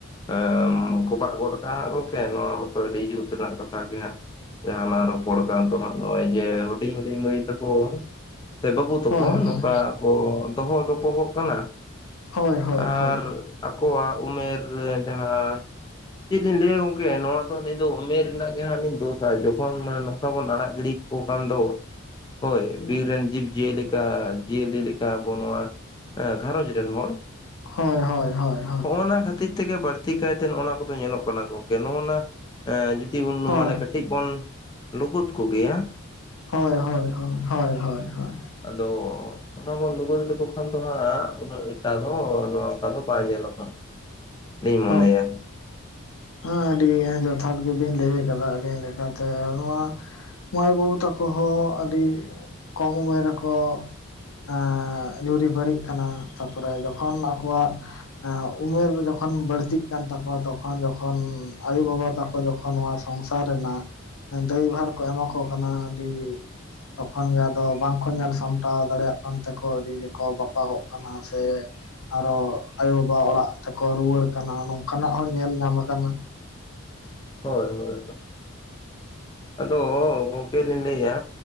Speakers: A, on the left; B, on the left.
A: ᱮ ᱠᱚᱵᱟᱜ ᱜᱚᱫ ᱠᱟᱜᱼᱟ ᱦᱟᱸᱜ ᱜᱚᱝᱠᱮ ᱱᱚᱣᱟ ᱢᱟᱛᱚ ᱟᱹᱰᱤ ᱡᱩᱛ ᱨᱮᱱᱟᱜ ᱠᱟᱛᱷᱟ ᱜᱮ ᱦᱟᱸᱜ ᱡᱟᱦᱟᱞᱟᱝ ᱨᱚᱯᱚᱲ ᱠᱟᱱ ᱛᱚ ᱦᱟᱸᱜ ᱱᱚᱜᱼᱚᱭ ᱡᱮ ᱦᱩᱰᱤᱧ ᱦᱩᱰᱤᱧ ᱢᱟᱹᱭ ᱛᱟᱠᱚ, ᱥᱮ ᱵᱟᱹᱵᱩ ᱛᱟᱠᱚ
B: ᱦᱳᱭ ᱦᱳᱭ
A: ᱱᱚᱝᱠᱟ ᱠᱚ ᱫᱚᱦᱚ ᱜᱚᱯᱚᱦᱚᱜ ᱠᱟᱱᱟ
B: ᱦᱳᱭ ᱦᱳᱭ
A: ᱟᱨ
B: ᱦᱳᱭ
A: ᱟᱠᱚᱣᱟᱜ ᱩᱢᱮᱨ ᱡᱟᱦᱟᱸ ᱪᱮᱫ ᱞᱤᱧ ᱞᱟᱹᱭᱟ ᱜᱚᱝᱠᱮ ᱱᱚᱣᱟ ᱫᱚᱞᱤᱧ ᱫᱚ ᱩᱢᱮᱨ ᱨᱮᱱᱟᱜ ᱜᱮ ᱦᱟᱸᱜ ᱞᱤᱧ ᱫᱳᱥᱟ ᱡᱚᱠᱷᱚᱱ ᱢᱟᱱᱮ ᱱᱚᱝᱠᱟ ᱵᱚᱱ ᱟᱲᱟᱜ ᱜᱤᱲᱤ ᱠᱚ ᱠᱟᱱ ᱫᱚ ᱦᱳᱭ ᱵᱤᱨ ᱨᱮᱱ ᱡᱤᱵᱽᱡᱤᱭᱟᱹᱞᱤᱠᱟ ᱡᱤᱭᱟᱹᱞᱤ ᱞᱮᱠᱟᱵᱚ ᱱᱚᱣᱟ ᱮᱸ ᱜᱷᱟᱨᱚᱧᱡᱽ ᱨᱮᱱ ᱦᱚᱲ
B: ᱦᱚᱭ ᱦᱚᱭ ᱦᱚᱭ
A: ᱦᱚᱜᱼᱱᱟ ᱠᱷᱟᱹᱛᱤᱨ ᱛᱮᱜᱮ ᱵᱟᱹᱲᱛᱤ ᱠᱟᱭᱛᱮ ᱱᱚᱜᱼᱱᱟ ᱱᱚᱣᱟ ᱠᱚᱫᱚ ᱧᱮᱞᱚᱜ ᱠᱟᱱᱟ ᱜᱚᱝᱠᱮ ᱱᱚᱜᱼᱱᱟ, ᱮᱸᱜ ᱡᱩᱫᱤ ᱵᱚᱱ
B: ᱦᱳᱭ
A: ᱢᱟᱱᱮ ᱠᱟᱹᱴᱤᱡ ᱵᱚᱱ ᱞᱩᱠᱩᱫ ᱠᱚᱜᱮᱭᱟ,
B: ᱦᱳᱭ ᱦᱳᱭ ᱦᱳᱭ ᱦᱳᱭ,
A: ᱟᱫᱚ ᱚᱱᱟ ᱵᱚᱱ ᱞᱩᱜᱚᱫ ᱞᱮᱠᱚ ᱠᱷᱟᱱ, ᱟᱫᱚ ᱦᱟᱸᱜ ᱩᱱᱟᱹᱜ ᱴᱟ ᱫᱚ ᱱᱚᱝᱠᱟ ᱫᱚ ᱵᱟᱝ ᱧᱮᱞᱚᱜᱼᱟ ᱤᱧ ᱢᱚᱱᱮᱭᱟ᱾
B: ᱦᱳᱭ ᱟᱹᱰᱤ ᱡᱚᱛᱷᱟᱛ ᱜᱮᱵᱤᱱ ᱞᱟᱹᱭ ᱠᱟᱫᱟ ᱟᱹᱞᱤᱧ ᱞᱮᱠᱟᱛᱮ ᱱᱚᱣᱟ ᱢᱟᱹᱭ ᱵᱟᱹᱵᱩ ᱛᱟᱠᱚ ᱦᱚᱸ ᱟᱹᱰᱤ ᱠᱚᱢ ᱩᱢᱮᱨ ᱨᱮᱠᱚ ᱮᱸ ᱡᱩᱨᱤ ᱵᱟᱨᱤᱜ ᱠᱟᱱᱟ, ᱛᱟᱯᱚᱨᱮ ᱡᱚᱠᱷᱚᱱ ᱟᱠᱚᱣᱟᱜ ᱩᱢᱮᱨ ᱡᱚᱠᱷᱚᱱ ᱛᱚᱠᱷᱚᱱ ᱵᱟᱹᱲᱛᱤᱜ ᱠᱟᱱ ᱛᱟᱠᱚᱣᱟ ᱛᱚᱠᱷᱚᱱ ᱡᱚᱠᱷᱚᱱ ᱟᱭᱳ ᱵᱟᱵᱟ ᱛᱟᱠᱚ ᱡᱚᱠᱷᱚᱱ ᱱᱚᱣᱟ ᱥᱚᱝᱥᱟᱨ ᱨᱮᱱᱟᱜ ᱫᱟᱹᱭᱵᱷᱟᱨ ᱠᱚ ᱮᱢᱟ ᱠᱚ ᱠᱟᱱᱟ ᱟᱹᱰᱤ ᱛᱚᱠᱷᱚᱱ ᱜᱮ ᱟᱫᱚ ᱵᱟᱝᱠᱚ ᱧᱮᱞ ᱥᱟᱢᱴᱟᱣ ᱫᱟᱲᱮᱭᱟᱜ ᱠᱟᱱ ᱛᱮᱠᱚ ᱟᱹᱰᱤ ᱜᱮᱠᱚ ᱵᱟᱯᱟᱜᱚᱜ ᱠᱟᱱᱟ ᱥᱮ ᱟᱨᱦᱚ ᱟᱭᱳ ᱵᱟᱵᱟ ᱚᱲᱟᱜ ᱛᱮᱠᱚ ᱨᱩᱣᱟᱹᱲ ᱠᱟᱱᱟ ᱱᱚᱝᱠᱟᱱᱟᱜ ᱦᱚᱸ ᱧᱮᱞ ᱧᱟᱢ ᱟᱠᱟᱱᱟ᱾
A: ᱦᱳᱭ ᱦᱳᱭ ᱟᱫᱚ ᱜᱚᱝᱠᱮ ᱞᱤᱧ ᱞᱟᱹᱭᱮᱜᱼᱟ